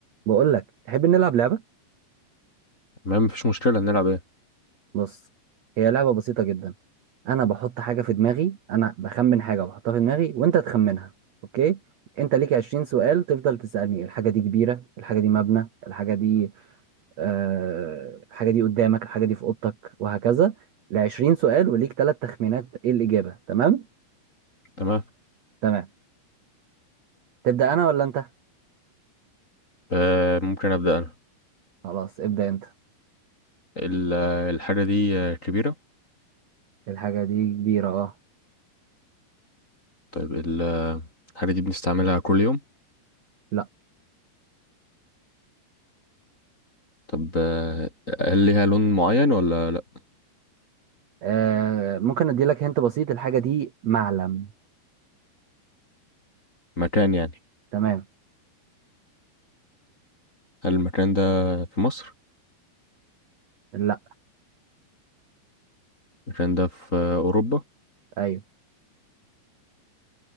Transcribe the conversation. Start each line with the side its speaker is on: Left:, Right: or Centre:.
Right: بقول لك تحب نلعب لعبة
Left: تمام مفيش مشكلة نلعب ايه
Right: بص هي لعبة بسيطة جدا انا بحط حاجة في دماغي انا بخمن حاجة بحطها في دماغي وانت تخمنها اوكي انت ليك 20 سؤال تفضل تسألني الحاجة دي كبيرة الحاجة دي مبنى الحاجة دي آه الحاجة دي قدامك الحاجة دي في اوضتك وهكذا ل 20 سؤال وليك ثلاث تخمينات ايه الإجابة تمام
Left: تمام
Right: تمام تبدأ انا ولا انت
Left: آه ممكن أبدأ أنا
Right: خلاص ابدأ انت
Left: ال- آه، الحاجة دي آه، كبيرة
Right: الحاجة دي كبيرة اه
Left: طيب ال- آه، الحاجة دي بنستعملها كل يوم
Right: لا
Left: طب آه هل ليها لون معين ولا لأ
Right: آه ممكن ادي لك هنت بسيط الحاجة دي معلم
Left: مكان يعني
Right: تمام
Left: هل المكان ده في مصر
Right: لا
Left: المكان ده في آه، أوروبا
Right: ايوه